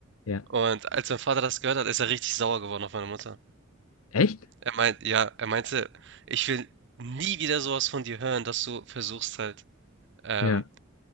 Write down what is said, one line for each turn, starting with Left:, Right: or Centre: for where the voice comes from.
Left: ja.
Right: Und als mein Vater das gehört hat, ist er richtig sauer geworden auf meine Mutter.
Left: Echt?
Right: Er meint ja, er meinte: „Ich will nie wieder sowas von dir hören, dass du versuchst halt, ähm,
Left: Ja,